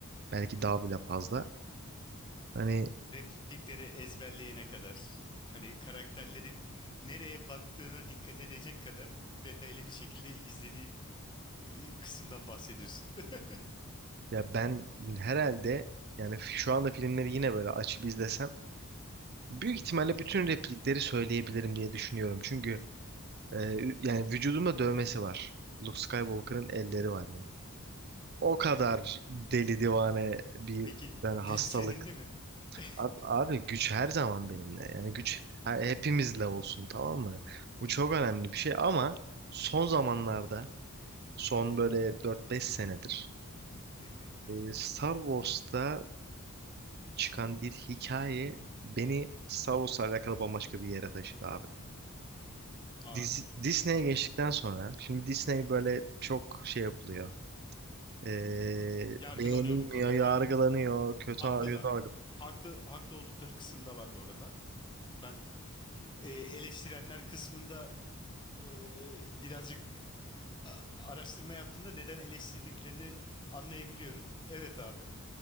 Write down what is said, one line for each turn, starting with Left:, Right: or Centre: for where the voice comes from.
Right: Belki daha bile fazla. Hani
Left: replikleri ezberleyene kadar hani karakterlerin nereye baktığına dikkat edecek kadar detaylı bir şekilde izlediğin e, kısımdan bahsediyorsun. <laughs>
Right: ya ben herhalde yani şu anda filmleri yine böyle açıp izlesem Büyük ihtimalle bütün replikleri söyleyebilirim diye düşünüyorum. Çünkü e, yani vücudumda dövmesi var. Luke Skywalker'ın elleri var yani. O kadar deli divane bir
Left: Peki
Right: yani
Left: güç
Right: hastalık.
Left: senin de mi? <laughs>
Right: A- Abi güç her zaman benimle. Yani güç her- hepimizle olsun tamam mı? Bu çok önemli bir şey ama son zamanlarda son böyle dört beş senedir
Left: Hı hı.
Right: e, Star Wars'ta çıkan bir hikaye beni Star Wars'la alakalı bambaşka bir yere taşıdı abi.
Left: Aa,
Right: Dizi- Disney'e geçtikten sonra şimdi Disney böyle çok şey yapılıyor. Ee,
Left: yargılanıyor
Right: beğenilmiyor,
Left: bu konuda.
Right: yargılanıyor, kötü
Left: Haklılar.
Right: kötü
Left: Haklı haklı oldukları kısım da var bu arada. Ben e, eleştirenler kısmında e, birazcık a- araştırma yaptığımda neden eleştirdiklerini anlayabiliyorum. Evet abi.